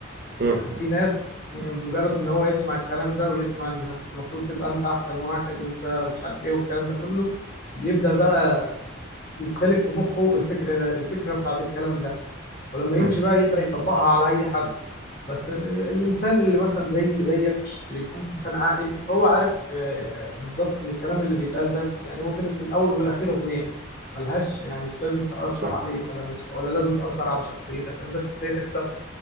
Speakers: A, on the right (about 45°); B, on the left (about 40°).
A: مم.
B: يعني في ناس مجرد ان هو يسمع الكلام ده ويسمع انك المفروض تبقى انت احسن واحد وانت مش عارف ايه والكلام ده كله بيبدأ بقى يتخلق في مخه الفكرة ده الفكرة بتاعت الكلام ده ولما
A: مم.
B: يمشي بقى يبدأ يطبقها على اي حد بس ال- ال- الانسان اللي مثلا زي زيك اللي يكون انسان عاقل هو عارف آه، بالظبط ان الكلام اللي بيتقال ده يعني هو كده في الاول والاخير اغنية ملهاش يعني مش لازم تأثر
A: صح
B: عليك ولا مش ولا لازم تأثر على شخصيتك يعني انت شخصيتك ثابتة